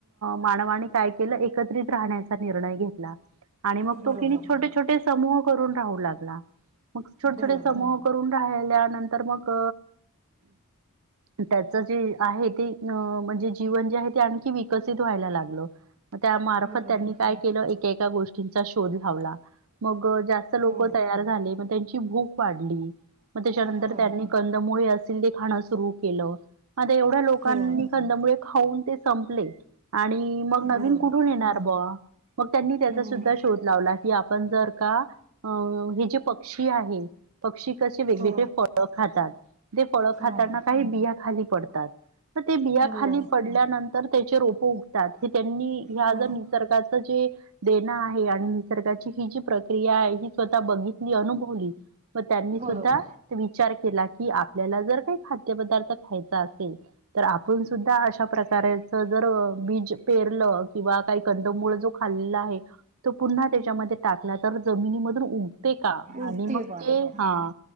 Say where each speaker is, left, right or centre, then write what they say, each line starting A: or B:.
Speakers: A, on the right (about 70°); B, on the right (about 30°).
A: मानवानी काय केलं एकत्रित राहण्याचा निर्णय घेतला. आणि मग
B: बरोबर
A: तो किणी छोटे छोटे समूह करून राहू लागला मग छोटे
B: बरोबर
A: छोटे समूह करून राहिल्या नंतर मग त्याच जे आहे ते अ म्हणजे जीवन जे आहे ते आणखी विकसित व्हायला लागलं. त्यामार्फत
B: बरोबर
A: त्यांनी काय केलं एकाका गोष्टींचा शोध लावला. मग जास्त लोक
B: हो
A: तयार झाले मग त्यांची भूक वाढली. मग त्याच्यानंतर
B: हो
A: त्यांनी कंदमुळे असल ते खाणं सुरू केलं. आता एवढ्या लोकांनी
B: हो
A: कंदमुळे खाऊन ते संपले. आणि मग नवीन
B: बरोबर
A: कुठून येणार बा मग त्यांनी त्याचा
B: हम्म
A: सुद्धा शोध लावला की आपण जर का अं हे जे पक्षी आहे. पक्षी कसे वेगवेगळे
B: हो
A: फळं खातात ते फळं
B: हो
A: खाताना काही बिया खाली पडतात. तर ते बियाखाली
B: हो
A: पडल्यानंतर त्याचे रोपं उगतात हे त्यांनी ह्या
B: हो
A: ज निसर्गाचं जे देणं आहे आणि निसर्गाची ही जी प्रक्रिया आहे ही स्वतः बघितली अनुभवली. व त्यांनी सुद्धा
B: बरोबर
A: विचार केला की आपल्याला जर काही खाद्यपदार्थ खायचा असेल तर आपण सुद्धा अशा प्रकारेच जर बीज पेरलं किंवा काही कंदमूळ जो खाल्ला आहे तो पुन्हा त्याच्यामध्ये टाकला तर जमिनीमधून उगते का
B: ओके
A: आणि मग
B: बा
A: ते हा